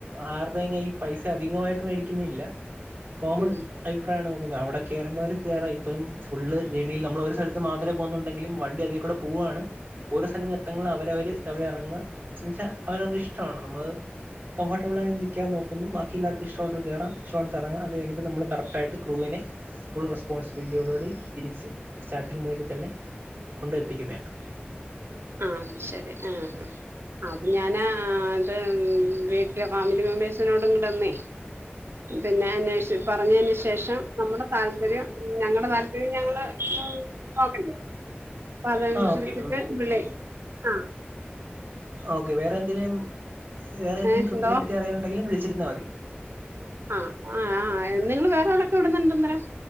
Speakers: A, on the right; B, on the right.
A: ആര്ടെയും കയ്യി പൈസ അധികായിട്ട് വേടിക്ക്ന്നില്ല കോമൺ
B: ഉം
A: അഭിപ്രായാണ് നോക്ക്ന്നെ. അവടെ കേറണ്ടവർ കേറ. ഇപ്പം ഫുള്ള് ജേണീൽ ഞമ്മളൊരു സൈട്ത്തെ മാത്രെ പോകുന്നുണ്ടെങ്കിലും വണ്ടി അതി കൂടെ പോവാണ്. ഓരൊ സ്ഥലങ്ങത്തങ്ങള് അവരവര് എവടെ എറങ്ങ. ന്ന് വെച്ചാ അവരവര്ടെഷ് ഷ്ടാണ്. നമ്മള് കംഫർട്ടബ്ളായി നിക്കാൻ നോക്കുന്നു. ബാക്കി എല്ലാർക്കും ഇഷ്ടുള്ളത് കേറ ഇഷ്ട്ടുള്ള എറങ്ങ അതെ. ഇത് നമ്മള് കറക്ട്ടായിട് ക്രൂവിനെ ഫുൾ റെസ്പോൺസ്ബിലിറ്റിയോടു കൂടി തിരിച്ച് സ്റ്റാർട്ടിങ് പോയിന്റി തന്നെ കൊണ്ടെത്തിക്കുന്നേണ്
B: ആഹ് അത് ശരി ആഹ് ആഹ് അപ്പൊ ഞാനാ ത് ഉം വീട്ട്ലെ ഫാമിലി മെമ്പേഴ്സിനോട് കൂടൊനേയ് പിന്നെ അന്വേഷിച്ച് പറഞ്ഞീന് ശേഷം. നമ്മ്ടെ താല്പര്യം ഞങ്ങടെ താല്പര്യം ഞങ്ങള് പോകണ്ടെ ഇപ്പതനുസരിച്ചിട്ട്
A: ആ ഓക്കെ
B: വിളി ആഹ്
A: ഓക്കെ. വേറെ എന്തിലേം. വേറെ എന്തിലെം
B: ഏ
A: ട്രിപ്പിനെ
B: എന്തോ
A: പറ്റി അറിയാനുണ്ടെങ്കി വിളിച്ചിരുന്നാ മതി
B: ആഹ് ആഹ് ആഹ് നിങ്ങള് വേറെ എവ്ടൊക്കെ വിടുന്ന്ണ്ട്ന്നരെ